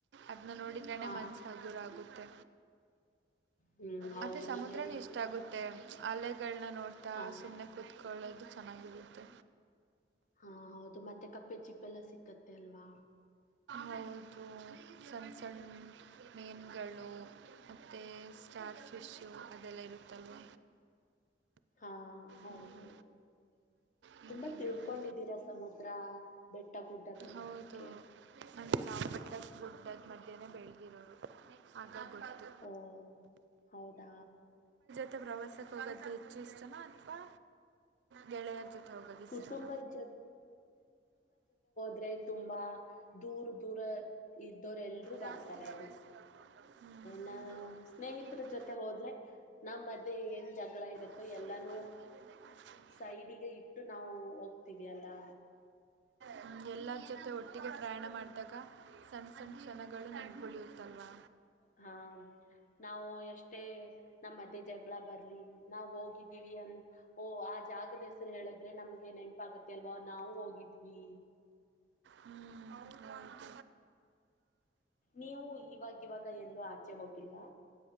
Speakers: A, on the right; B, on the left.
A: ಅದನ್ನ ನೋಡಿದ್ರನೆ
B: ಹಾ
A: ಮನ್ಸ ಹಗುರ ಆಗುತ್ತೆ
B: ಹ್ಮ್ ಹೌದು
A: ಮತ್ತೆ ಸಮುದ್ರನೂ
B: ನೀವ್ ಹೇಳಿರೋದು
A: ಇಷ್ಟ ಆಗುತ್ತೆ
B: ಸತ್ಯ
A: ಅಲ್ಲ ಗಳನ್ನ ನೋಡ್ತಾ
B: ಹಾ
A: ಸುಮ್ಮನೆ ಕೂತ್ಕೊಂಡ ಒೊಳ್ಳೆದು ಚೆನ್ನಾಗಿರುತ್ತೆ
B: ಹಾ ಹೌದು ಮತ್ತೆ ಕಪ್ಪೆ ಚಿಪ್ಪೆಲ್ಲ ಸಿಕ್ಕತ್ತೆ ಅಲ್ವಾ
A: ಹೌದು ಸಣ್ಣ ಸಣ್ಣ ಮೇನ್ಗಳು ಮತ್ತು ಸ್ಟಾರ್ ಫಿಶ್ಶು ಅದೆಲ್ಲ ಇರುತ್ತಲ್ವ
B: ಹಾ ಹೌದು
A: ಹ್ಮ್. ಹ್ಮ್.
B: ತುಂಬಾ ತಿಳ್ಕೊಂಡಿದ್ದೀರ ಸಮುದ್ರ ಬೆಟ್ಟ ಗುಡ್ಡಗಳ
A: ಹೌದು
B: ಬಗ್ಗೆ
A: ಅಂದರೆ ನಾವು ಬಟ್ಟಾಗ ದುಡ್ಡದ ಮಧ್ಯನನೆ ಬೆಳೆದಿರೋರು ಆಗ ಗೊತ್ತು
B: ಓ ಹೌದಾ
A: ಮತ್ತೆ ಪ್ರವಾಸಕ್ಕೆೋಗ್ದೆ ಹೆಚ್ಚು ಇಷ್ಟನ ಅಥವಾ ಗೆಳೆಯರ ಜೊತೆ ಹೋಗೋದ ಇಷ್ಟತಾನ
B: ಕುಟುಂಬದ್ ್ರೆ ತುಂಬಾ ದೂರ ದೂರ ಇದ್ದವರೆ ಎಲ್ರುೂ
A: ಜಾಸ್ತಿ
B: ಬರ್ತಾರೆ
A: ಗಮನಿಸ್ತಿದ್ದಾರೆ ಕೊಡ್ತಾರೆ
B: ನ
A: ಒಂದು
B: ಸ್ನೇಹಿತರ
A: ಇದೆ ಇದು
B: ಜೊತೆ ಹೋದ್ರೆ ನಮ್ಮ ಮಧ್ಯೆ ಏನ್ ಜಗಳ ಇರುತ್ತೆ
A: ಅಷ್ಟೇ
B: ಎಲ್ಲಾನು
A: ಇದ್- ಇದ್ರದ್ದೇ ಮಾಡ್ತೀನಿ
B: ಸೈಡಿಗೆ ಇಟ್ಟು ನಾವು ಹೋಗ್ತವಿ ಅಲ್ಲಾ
A: ಹ್ಮ ಎಲ್ಲರ ಜೊತೆ ಒಟ್ಟಿಗೆ ಪ್ರಯಾಣ ಮಾಡಿದಾಗ ಸಣ್ಣ ಸಣ್ಣ ಕ್ಷಣಗಳು ನೆನ್ಕಳಿಯುತ್ತಲ್ವಾ
B: ಹ್ಮ್ ಹಾ ನಾವು ಎಷ್ಟೇ ನಮ್ಮ ಮಧ್ಯೆ ಜಗಳ ಬರ್ಲಿ ನಾವ್ ಹೋಗಿದ್ದೀವಿ ಅನ್ ಓ ಆ ಜಾಗದ ಹೇಳದ್ರೆ ನಮ್ಗೆ ನೆನಪ ಆಗತ್ತೆ ಅಲ್ವಾ ನಾವು ಹೋಗಿದ್ವಿ
A: ಹ್ಮ್ ಬತ
B: ನೀವು ಇವಾಗ ಇವಾಗ ಎಲ್ಲೂ ಆಚೆ ಹೋಗಿಲ್ವಾ